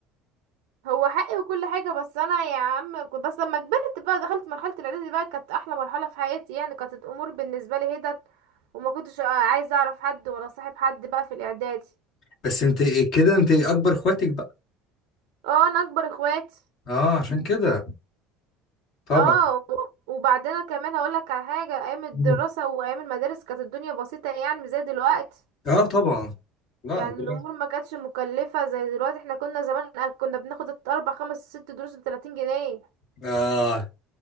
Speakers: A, on the right; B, on the left.
A: هو حقي وكل حاجه بس انا يا عم كنت بس لما كبرت بقى دخلت مرحله الاعدادي بقى كانت احلى مرحله في حياتي يعني كانت الامور بالنسبه لي هدت وما كنتش عايزه اعرف حد ولا صاحب حد بقى في الاعدادي
B: بس انت كده انت اكبر اخواتك بقى
A: اه انا اكبر اخواتي
B: اه عشان كده طبعا
A: اه و- وبعدين أنا كمان هقول لك على حاجه ايام الدراسه
B: مم.
A: وايام المدارس كانت الدنيا بسيطه يعني مش زي دلوقتي
B: اه طبعا لا
A: يعني
B: ده-
A: الامور ما كانتش مكلفه زي دلوقتي احنا كنا زمان كنا بناخد اربع خمس ست دروس ب 30 جنيه
B: اه